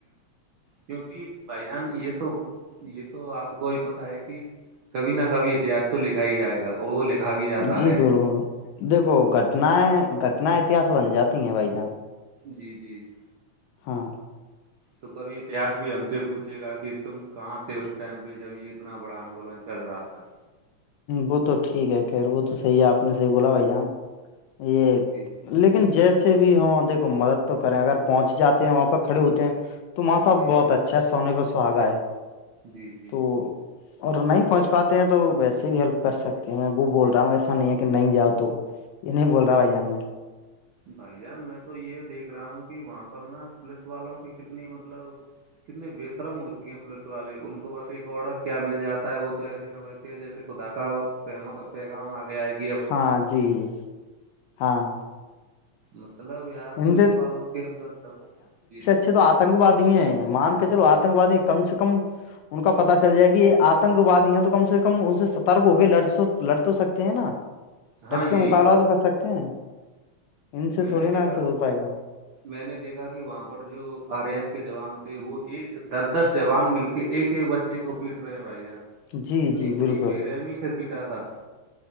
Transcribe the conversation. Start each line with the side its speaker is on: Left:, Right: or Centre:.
Right: کیونکہ <unintelligible> بھائی جان یہ تو یہ تو آپ کو ہی پتا ہے کہ کبھی نہ کبھی اتہس تو لکھا ہی جائے گا وہ لکھا بھی جاتا
Left: جی
Right: ہے
Left: بالکل دیکھو گھٹنیں گھٹنایں اتہاس بن جاتی ہیں بھائی جان
Right: جی جی <unintelligible>
Left: ہاں <unintelligible>
Right: تو کبھی اتہس بھی ہم سے پوچھے گا کہ تم کہاں تھے اس ٹائم پہ جب یہ اتنا بڑا آندولن چل رہا تھا
Left: وہ تو ٹھیک ہے خیر وہ تو صحیح ہے آپ نے صحیح بولا بھائی جان یہ
Right: جی
Left: لیکن جیسے بھی ہم دیکو مدد تو کریں اگر پہنچ جاتے ہیں وہاں پہ کھڑے ہوتے ہیں تو ماں صاحب
Right: جی
Left: بہت اچھا ہے سونے پہ سہاگ آ ہے
Right: جی جی
Left: تو اور نہیں پہنچ پاتے ہیں تو ویسے بھی ہیلپ کر سکتے ہیں میں وہ بول رہا ہوں ایسا نہیں ہے کہ نہیں جؤ تو یہ نہیں بول رہا بھائی جان میں
Right: بھائی جان میں تو یہ دیکھ رہا ہوں کہ وہاں پر نا پولیس والوں کی کتنی مطلب کتنے بے شرم ہو چکے ہیں پولیس والے ان کو بس ایک آڈر کیا مل جاتا ہے وہ تو ایسی سمجھتی ہے جیسے کو دھا پیغام آگے آئے گ
Left: ہاں جی جی ہاں
Right: مطلب یار
Left: ان
Right: پولیس والوں کے اندر تو ج
Left: ا تو آتنکوادی ہیں مان کے چلو آتنکوادی کم سے کم ان کا پتا چل جائے کہ یہ آتنک واد یہ تو کم سے کم ان سے سترک ہو کے ل لٹ تو سکتے ہیں نا ڈٹ
Right: ہاں یہی
Left: کے مقابلہات تو کر سکتے ہیں ان سے
Right: میں
Left: تھوڑی
Right: نے
Left: نا
Right: دیکھا
Left: ایسے ہو پائے گا
Right: میں نے دیکھا کہ وہاں پر جو آر اے ایف کے جوان وہ ایک دس دس جوان مل کے ایک ایک بچے کو پیٹ رہے ہیں بھائی جان
Left: جی
Right: کتنی
Left: جی بالکل
Right: بری پیرمی سے پیٹا تھا